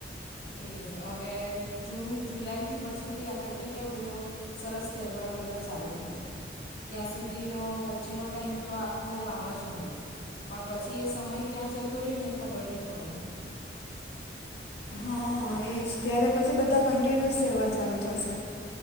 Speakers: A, on the left; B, on the left.
A: એ જ. હવે જૂન જુલાઈથી પછીથી આપણે ત્યાં કેવું બધું, સરસ તહેવારો બધા ચાલુ થાય. ત્યાં સુધીનો વચ્ચેનો ટાઈમ તો આખો આમ જ હોય. પણ પછી એ સમય ક્યાં જતો રહેને, એ ખબર ની પડે.
B: હા એ જ. ત્યારે પછી બધા કન્ટિન્યુઅસ તહેવાર ચાલુ થશે.